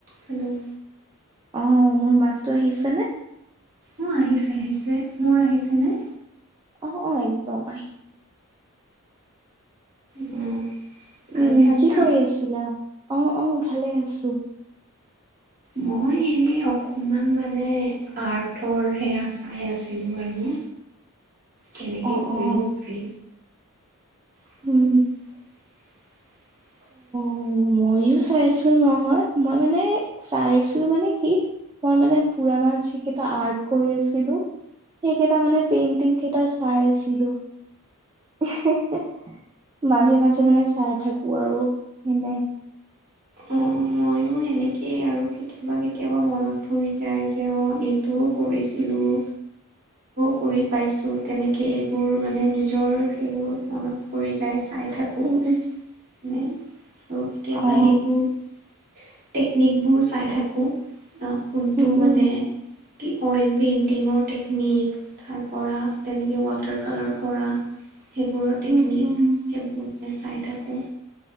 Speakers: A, on the right (about 40°); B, on the right (about 20°).
A: Hello
B: অৱ মোৰ মাততো আহিছে নে!
A: অৱ আহিছে আহিছে, মোৰ আহিছেনে?
B: অৱ অৱ একদম।
A: উম। ভালে
B: উম
A: আছা?
B: কি কৰি আছিলা! অৱ অৱ ভালে আছো।
A: মই এনেই অকমান মানে আৰ্টৰ সেয়া চাই আছিলোঁ আৰু। কেনেকে
B: অ
A: কৰিব
B: অ
A: পাৰি। <unintelligible>
B: উম অ মইয়ো চাই আছো নহয়, মই মানে চাইছো মানে কি! মই মানে পুৰণা যিকেইটা আৰ্ট কৰি আছিলো। সেইকেইটা মানে পেইণ্টিং কেইটা চাইছিলো। হে হে মাজে মাজে
A: অ
B: মানে চাই থাকো আৰু এনে।
A: অৱ ময়ো সেনেকেই আৰু। কেতিয়াবা কেতিয়াবা মনত পৰি যায় যে অ এইটোও কৰিছিলোঁ। কৰি পাইছোঁ তেনেকৈ এইবোৰ মানে নিজৰ সেইবোৰ মনত পৰি যায় চাই থাকো।
B: উম
A: মানে
B: উম
A: আৰু কেতিয়াবা
B: অ
A: এইবোৰ টেকনিকবোৰ চাই থাকো আহ কোনটো
B: উম উম
A: মানে কি অইল পেইণ্টিঙৰ টেকনিক। তাৰ পৰা তেনেকৈ ৱাটাৰ কালাৰ কৰা। সেইবোৰৰ টেকনিক
B: উম উম
A: সেইবোৰ মানে চাই থাকোঁ।